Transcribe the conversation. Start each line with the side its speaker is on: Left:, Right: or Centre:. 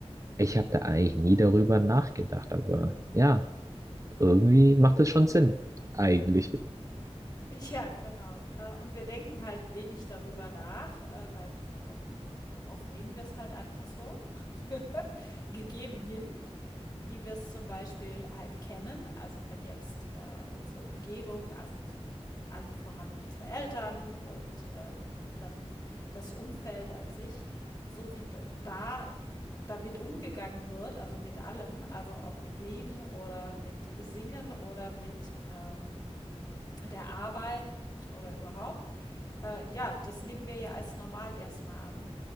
Right: ich habe da eigentlich nie darüber nachgedacht, aber ja, irgendwie macht das schon Sinn. Eigentlich.
Left: Ja, genau. Äh, und wir denken halt wenig darüber nach, äh, weil o hm, oft nehmen wir es halt einfach so <laughs> gegeben hin. wie wir es zum Beispiel halt kennen. Also wenn jetzt äh, unsere Umgebung, also f- allen voran unsere Eltern und äh, die- dann das Umfeld an sich, so wie d- da damit umgegangen wird, also mit allem, also ob mit Leben oder mit Singen oder mit ähm, der Arbeit oder überhaupt, äh, ja, das nehmen wir ja als normal erstmal an.